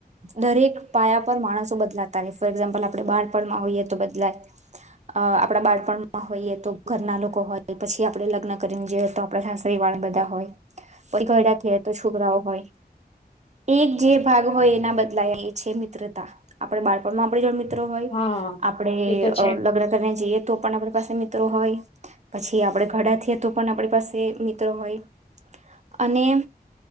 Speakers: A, on the right (about 45°); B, on the left (about 35°).
A: દરેક પાયા પર માણસો બદલાતા રહે ફોર એક્ઝામ્પલ આપણે બાળપણમાં હોઈએ તો બદલાય અ આપણા બાળપણમાં હોઈએ તો ઘરના લોકો હોય પછી આપણે લગ્ન કરીને જોઈએ તો આપ સાસતરે વાળા બધા હોય <unintelligible> તો છોકરાઓ હોય એક જે ભાગ હોય એના બદલાય એ છે મિત્રતા આપણે બાળપણમાં આપ જો મ્ર મિત્ર હોય
B: હા
A: આપણે
B: એ તો છે
A: લગ્ન કરીને જઈએ તો પણ આપણી પાસે મિત્રો હોય પછી આપડે ઘડાથઈએ તો પણ આપણી પાસે મિત્ર હોય અને